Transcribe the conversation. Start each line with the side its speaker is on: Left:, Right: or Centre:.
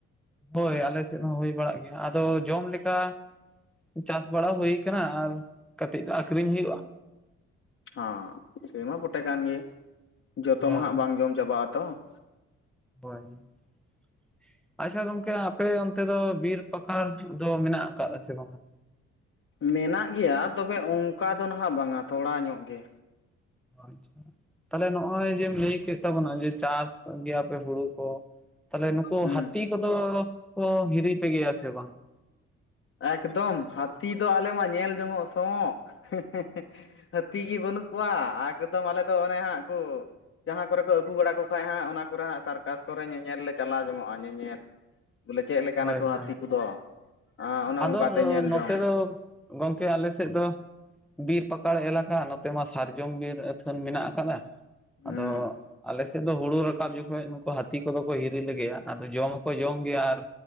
Centre: ᱦᱳᱭ ᱟᱞᱮ ᱥᱮᱫ ᱦᱚᱸ ᱦᱩᱭ ᱵᱟᱲᱟᱜ ᱜᱮᱭᱟ ᱟᱫᱚ ᱡᱚᱢ ᱞᱮᱠᱟ ᱪᱟᱥ ᱵᱟᱲᱟ ᱦᱩᱭᱩ ᱟᱠᱟᱱᱟ ᱟᱨ ᱠᱟᱹᱴᱤᱡ ᱫᱚ ᱟᱠᱷᱨᱤᱧ ᱦᱩᱭᱩᱜᱼᱟ ᱾
Left: ᱦᱚᱸ ᱥᱮᱭᱢᱟ ᱵᱚᱴᱮ ᱠᱟᱱ ᱜᱮ ᱡᱚᱛᱚ
Centre: ᱦᱳᱭ
Left: ᱢᱟ ᱦᱟᱸᱜ ᱵᱟᱝ ᱡᱚᱢ ᱪᱟᱵᱟᱜ ᱟᱛᱚ ᱾
Centre: ᱦᱚᱭ ᱾ ᱟᱪᱪᱷᱟ ᱜᱚᱝᱠᱮ ᱟᱯᱮ ᱚᱱᱛᱮ ᱫᱚ ᱵᱤᱨ ᱯᱟᱠᱟᱲ ᱫᱚ ᱢᱮᱱᱟᱜ ᱟᱠᱟᱫᱟ ᱥᱮ ᱵᱟᱝ?
Left: ᱢᱮᱱᱟᱜ ᱜᱮᱭᱟ ᱛᱚᱵᱮ ᱚᱱᱠᱟ ᱫᱚ ᱱᱟᱦᱟᱜ ᱵᱟᱝᱼᱟ ᱛᱷᱚᱲᱟ ᱧᱚᱜ ᱜᱮ ᱾
Centre: ᱟᱪᱪᱷᱟ ᱛᱟᱦᱚᱞᱮ ᱱᱚᱜᱼᱚᱭ ᱡᱮᱢ ᱞᱟᱹᱭ ᱠᱮᱫ ᱛᱟᱵᱚᱱᱟ ᱡᱮ ᱪᱟᱥ ᱜᱮᱭᱟᱯᱮ ᱦᱩᱲᱩ ᱠᱚ ᱛᱟᱦᱚᱞᱮ ᱱᱩᱠᱩ
Left: ᱦᱩᱸ
Centre: ᱦᱟᱹᱛᱤ ᱠᱚᱫᱚ ᱠᱚ ᱦᱤᱨᱤ ᱯᱮ ᱜᱮᱭᱟ ᱥᱮ ᱵᱟᱝ?
Left: ᱮᱠᱫᱚᱢ ᱦᱟᱹᱛᱤ ᱫᱚ ᱟᱞᱮ ᱢᱟ ᱧᱮᱞ ᱡᱚᱝᱚᱜ ᱥᱚᱠ ᱾ ᱦᱟᱹᱛᱤ ᱜᱮ ᱵᱟᱹᱱᱩᱜ ᱠᱚᱣᱟ ᱮᱠᱫᱚᱢ ᱟᱞᱮ ᱫᱚ ᱚᱱᱮ ᱦᱟᱸᱜ ᱠᱚ ᱡᱟᱦᱟᱸ ᱠᱚᱨᱮ ᱠᱚ ᱟᱹᱜᱩ ᱵᱟᱲᱟ ᱠᱚ ᱠᱷᱟᱡ ᱦᱟᱸᱜ ᱚᱱᱟ ᱠᱚᱨᱮ ᱦᱟᱸᱜ ᱥᱟᱨᱠᱟᱥ ᱠᱚᱨᱮ ᱧᱮᱧᱮᱞ ᱞᱮ ᱪᱟᱞᱟᱣ ᱡᱚᱝᱚᱜᱼᱟ ᱧᱮᱧᱮᱞ ᱾ ᱵᱚᱞᱮ ᱪᱮᱫ ᱞᱮᱠᱟᱱᱟ
Centre: ᱦᱳᱭ
Left: ᱠᱚ ᱦᱟᱹᱛᱤ
Centre: ᱦᱳᱭ
Left: ᱠᱚᱫᱚ? ᱚᱱᱮ
Centre: ᱟᱫᱚ
Left: ᱚᱱᱠᱟᱛᱮ ᱧᱮᱞ
Centre: ᱱᱚᱛᱮ
Left: ᱡᱚᱝ
Centre: ᱫᱚ ᱜᱚᱢᱠᱮ ᱟᱞᱮ ᱥᱮᱫ ᱫᱚ ᱵᱤᱨ ᱯᱟᱠᱟᱲ ᱮᱞᱟᱠᱟ, ᱱᱚᱛᱮ ᱢᱟ ᱥᱟᱨᱡᱚᱢ ᱵᱤᱨ ᱟᱹᱛᱷᱟᱹᱱ ᱢᱮᱱᱟᱜ ᱟᱠᱟᱫᱟ, ᱟᱫᱚ
Left: ᱦᱮᱸ
Centre: ᱟᱞᱮ ᱥᱮᱫ ᱫᱚ ᱦᱩᱲᱩ ᱨᱟᱠᱟᱵ ᱡᱚᱠᱷᱚᱡ ᱦᱟᱹᱛᱤ ᱠᱚᱫᱚ ᱠᱚ ᱦᱤᱨᱤ ᱞᱮᱜᱮᱭᱟ ᱟᱫᱚ ᱡᱚᱢ ᱦᱚᱸᱠᱚ ᱡᱚᱢ ᱜᱮᱭᱟ ᱟᱨ